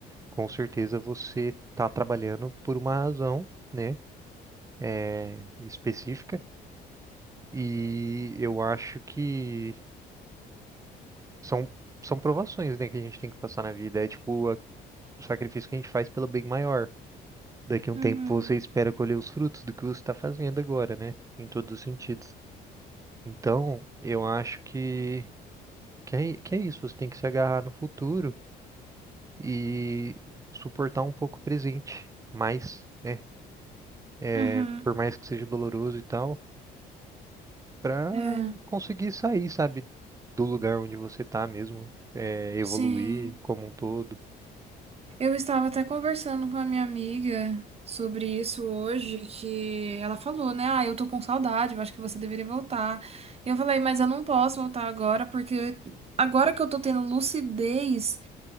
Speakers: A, on the right; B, on the right.
A: com certeza você está trabalhando por uma razão, né? É, específica e eu acho que São, são provações, né, que a gente tem que passar na vida. É tipo a- o sacrifício que a gente faz pelo bem maior. Daqui a um
B: Uhum.
A: tempo você espera colher os frutos do que você está fazendo agora, né? Em todos os sentidos. Então, eu acho que, que é, que é isso. Você tem que se agarrar no futuro e suportar um pouco o presente. Mais, né? É,
B: Uhum.
A: por mais que seja doloroso e tal, para
B: É,
A: conseguir sair, sabe, do lugar onde você tá mesmo. É, evoluir
B: sim.
A: como um todo.
B: Eu estava até conversando com a minha amiga sobre isso hoje, que ela falou, né? Ah, eu tô com saudade, eu acho que você deveria voltar. Eu falei, mas eu não posso voltar agora, porque agora que eu tô tendo lucidez